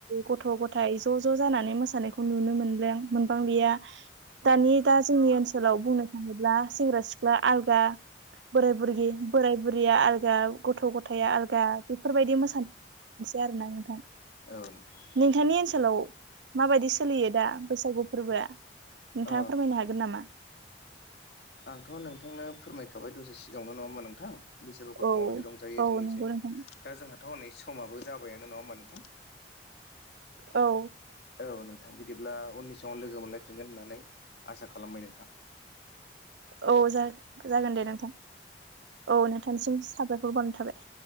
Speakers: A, on the right (about 80°); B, on the left (about 60°).
A: गथ' गथायाइ ज' ज' जानानै मोसानायखौ नुनो मोनलां मोनबांलिया दानि दा जोंनि ओनसोलाव बुंनो थाङोब्ला सेंग्रा सिख्ला आलगा बोराय बुरगि बोराय बुरिया आलगा गथ' गथाया आलगा बिफोरबायदि मोसानोसै आरोना नोंथां
B: औ नोंथां
A: नोंथांनि ओनसोलाव माबायदि सोलियो दा बैसागु फोरबोआ नोंथाङा
B: ओ
A: फोरमायनो हागोन नामा?
B: आंथ' नोंथांनो फोरमायखाबाय दसे सिगाङावनो नङा होमा नोंथां बैसागुफोरखौ
A: औ
B: माबायदि रंजायो
A: औ
B: जोंनिजों
A: नंगौ नोंथां
B: दा जोंहाथ' हनै समाबो जाबायानो नङा होमबा नोंथां?
A: औ
B: औ नोंथां बिदिब्ला उननि समाव लोगो मोनलायफिनगोन होननानै आसा खालामबाय नोंथां
A: औ जा जागोन दे नोंथां औ नोंथांनिसिम साबायखर बावनाय थाबाय